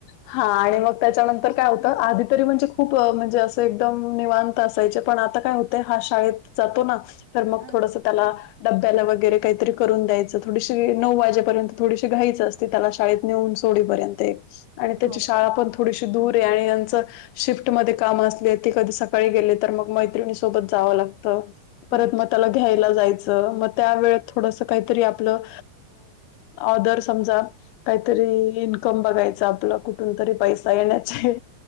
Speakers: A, on the left (about 85°); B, on the right (about 65°).
A: हा आणि मग त्याच्यानं तर काय होतं आधी तरी म्हणजे खूप म्हणजे असं एकदम निवांत असायचे पण आता काय होते हा शाळेत जातो ना. तर मग
B: हा,
A: थोडसं त्याला डब्याला वगैरे काहीतरी करून द्यायचं थोडीशी नऊ
B: हो
A: वाजेपर्यंत थोडीशी घाईच असते त्याला शाळेत नेऊन सोडीपर्यंत आणि त्याची
B: हो
A: शाळा पण थोडीशी दूर आहे आणि यांचं शिफ्टमध्ये कामं असले ते कधी सकाळी गेले तर मग मैत्रिणी सोबत जावं लागतं. परत
B: अच्छा
A: म त्याला घ्यायला जायचं मग त्या वेळेत थोडसा काहीतरी आपलं ऑदर समजा काहीतरी इन्कम बघायचा आपला कुठून तरी पैसा येण्याचे